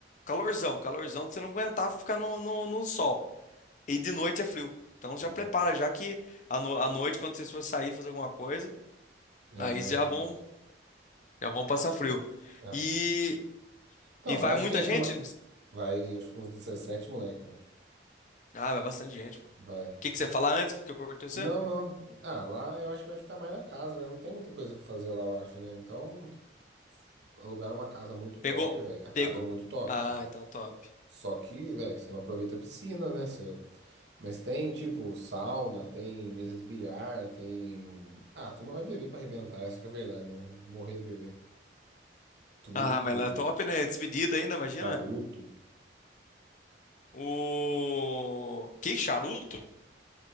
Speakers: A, on the left; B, on the right.
A: calorzão. Calorzão de você não aguentar ficar no, no, no sol. E de noite é frio. Então já
B: É,
A: prepara, já que à no- à noite, quando vocês forem sair fazer alguma coisa,
B: é,
A: aí
B: imagino.
A: já vão, já vão passar frio.
B: Nossa.
A: E,
B: Então,
A: e
B: mas
A: vai
B: eu
A: muita
B: acho que é,
A: gente?
B: é ma- Vai, acho que uns 17 moleque. né?
A: Ah, vai bastante gente, pô. O
B: Vai.
A: que que você ia falar antes que eu cortei você?
B: Não, não. Ah, lá eu acho que vai ficar mais na casa, né? Não tem muita coisa pra fazer lá, eu acho, né? Então, alugar uma casa muito top,
A: Pegou,
B: velho. A casa
A: pegou.
B: é muito top,
A: Ah,
B: né?
A: então é top.
B: Só que, velho, você não aproveita a piscina, né? Você- Mas tem, tipo, sauna, tem mesa de bilhar, tem. Ah, a turma vai beber pra arrebentar, essa que é a verdade, né? Morrer de beber. Truco,
A: Ah, mas lá é top, né? Despedida ainda, imagina.
B: charuto,
A: O que charuto?